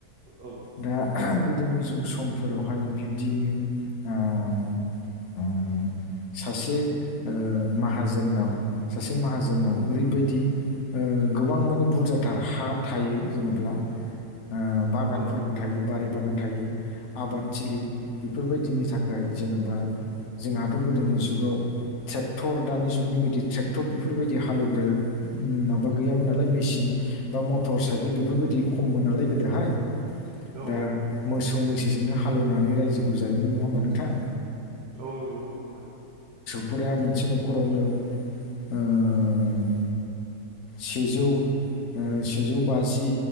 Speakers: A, on the right; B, on the left.
A: औ
B: दा गोदोनि समफोरावहाय बिब्दियैनो ओ ओ सासे ओ माहाजोनाव सासे माहाजोनाव ओरैबायदि ओ गोबां माने बुरजाथार हा थायो जेनेब्ला ओ बागान
A: औ
B: बारि बागान थायो आबाद थिलि बेफोरबायदिनि थाखाय जेन'बा जोंहाथ' गोदोनि जुगाव ट्रेक्टर दानि जुगनि बायदि ट्रेक्टर बेफोरबायदि हालेवग्रा माबा गैयामोन नालाय मेसिन बा मटर साइकेल बेफोरबायदि खममोन नालाय गोदोहाय
A: औ
B: दा मोसौ मैसोजोंनो हालौवनानै रायजोखौ जायोमोन नङा होमबा नोंथां
A: औ नंगौ नोंथां
B: फुरा मोनसे न'खरावनो ओ सेजौ ओ सेजौ बाजि